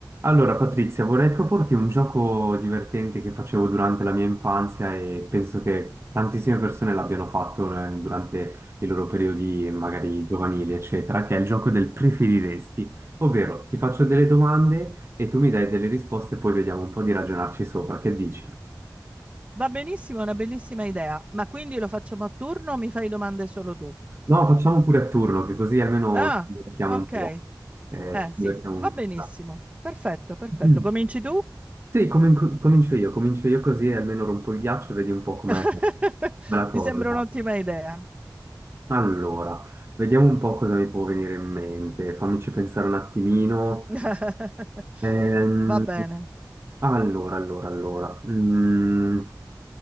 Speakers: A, on the right (about 35°); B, on the right (about 20°).
A: Allora, Patrizia, vorrei proporti un gioco divertente che facevo durante la mia infanzia e penso che tantissime persone l'abbiano fatto, eh, durante i loro periodi magari giovanili, eccetera, che è il gioco del preferiresti, ovvero ti faccio delle domande e tu mi dai delle risposte e poi vediamo un po' di ragionarci sopra. Che dici?
B: Va benissimo, è una bellissima idea. Ma quindi lo facciamo a turno o mi fai domande solo tu?
A: No, facciamo pure a turno, che così almeno
B: Ah,
A: ci divertiamo
B: ok.
A: un po'.
B: Eh
A: Eh, ci
B: sì,
A: divertiamo
B: va
A: un
B: benissimo.
A: po'. dai.
B: Perfetto, perfetto.
A: Mm.
B: Cominci tu?
A: Sì, comin- comincio io, comincio io così almeno rompo il ghiaccio e vedi un po' com'è
B: <laughs>
A: la cosa.
B: Mi sembra un'ottima idea.
A: Allora, vediamo un po' cosa mi può venire in mente, fammici pensare un attimino.
B: <laughs>
A: Ehm,
B: Va bene.
A: allora, allora, allora. Mm.